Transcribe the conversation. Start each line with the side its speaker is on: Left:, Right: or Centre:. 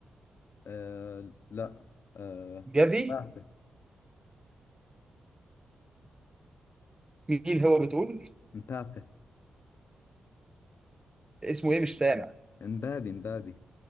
Left: آه لا آه
Right: جافي
Left: مبابي
Right: مين هو بتقول؟
Left: مبابي
Right: اسمه ايه مش سامع
Left: امبابي امبابي